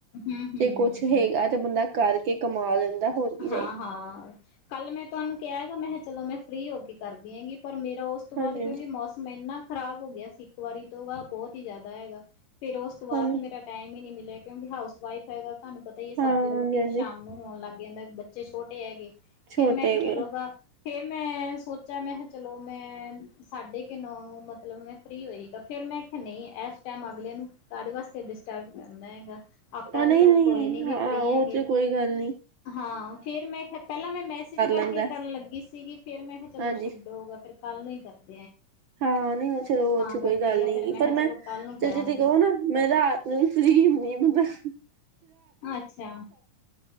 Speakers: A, on the left (about 80°); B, on the right (about 85°).
A: ਹੂੰ-ਹੂੰ
B: ਜੇ ਕੁਛ ਹੇਗਾ ਤੇ ਬੰਦਾ ਕਰਕੇ ਕਮਾ ਲੈਂਦਾ ਹੋਰ ਕੀ ਚਾਹੀਦਾ
A: ਹਾਂ, ਹਾਂ, ਕੱਲ ਮੈਂ ਤੁਹਾਨੂੰ ਕਿਆ ਹੈਗਾ ਮੈਂ ਹੈ ਚਲੋ, ਮੈਂ ਫਰੀ ਹੋ ਕੇ ਕਰਦੀ ਹੈਂਗੀ। ਪਰ ਮੇਰਾ ਓਸ ਤੋਂ
B: ਹਾਂਜੀ
A: ਬਾਅਦ ਕਿਓਂਕਿ
B: ਹਾਂਜੀ
A: ਮੌਸਮ ਇੰਨਾ ਖ਼ਰਾਬ ਹੋ ਗਿਆ ਸੀ। ਇੱਕ ਵਾਰੀ ਤੋਂ ਵਾ ਬੌਤ ਹੀ ਜੈਦਾ ਹੈਗਾ। ਫੇਰ ਓਸ ਤੋਂ ਬਾਦ
B: ਹਾਂਜੀ
A: ਤਾਂ, ਮੇਰਾ ਟਾਈਮ ਈ ਨੀ ਮਿਲੇ। ਕਿਓਂਕਿ ਹਾਊਸ ਵਾਈਫ ਹੈਗਾ। ਤੁਹਾਨੂੰ ਪਤਾ ਈ ਏ, ਸਬਜ਼ੀ
B: ਹਾਂ
A: ਰੋਟੀ
B: ਹਾਂਜੀ ਹਾਂਜੀ
A: ਵੀ ਸ਼ਾਮ ਨੂੰ ਹੋਣ ਲੱਗ <unintelligible> ਬੱਚੇ ਛੋਟੇ ਹੈਗੇ।
B: ਛੋਟੇ
A: ਫੇਰ ਮੈਂ ਕਿਆ
B: ਹੈਗੇ
A: ਚਲੋ ਵਾ ਫੇਰ ਮੈਂ ਸੋਚਾ ਮੈਂ ਹੈ ਚਲੋ ਮੈਂ ਸਾਢੇ ਕੇ ਨੌ ਮਤਲਬ ਮੈਂ ਫ੍ਰੀ ਹੋਈ ਫੇਰ ਮੈਂ ਖੈ ਨਹੀਂ ਐਸ ਟੈਮ ਅਗਲੇ ਨੂੰ ਕਾਦੇ ਵਾਸਤੇ ਡਿਸਟਰਬ ਕਰਨੈ ਹੈਗਾ। ਆਪਾਂ
B: ਤਾ ਨਹੀਂ
A: ਤਾਂ ਚੱਲ
B: ਨਹੀਂ
A: ਕੋਈ ਨੀ ਗੇ
B: ਹਾਂ
A: ਫ੍ਰਰੀ
B: ਔ
A: ਹੈਗੇ
B: ਚ ਕੋਈ ਗੱਲ ਨੀ।
A: ਹਾਂ, ਫੇਰ ਮੈਂ ਖੈ ਪੈਲਾਂ ਮੈਂ ਮੈਸੇਜ ਕਰਕੇ
B: ਲੈਂਦਾ
A: ਕਰਨ ਲੱਗੀ। ਸੀਗੀ ਵਿ ਫੇਰ ਮੈਂ ਖੈ ਚਲੋ
B: ਹਾਂਜੀ
A: ਛੱਡੋਗਾ ਫੇਰ ਕੱਲ ਨਹੀਂ ਕਰਨਾ।
B: ਹਾਂ ਨਹੀਂ ਓਹ ਚਲੋ ਓਹ ਚ
A: ਕਰਕੇ
B: ਕੋਈ ਗੱਲ
A: ਗ
B: ਨੀ
A: ਫੇਰ
B: ਪਰ
A: ਕਿਹਾ ਚਲੋ
B: ਮੈਂ
A: ਕੱਲ ਨੂੰ ਕਰਾਂਗੇ
B: ਤੇ ਜਦੀ ਕਹੋ ਨਾ ਮੈਂ ਰਾਤ ਨੂੰ ਵੀ ਫਰੀ ਹੁੰਣੀ ਆ ਬੰਸ।
A: ਅੱਛਾ,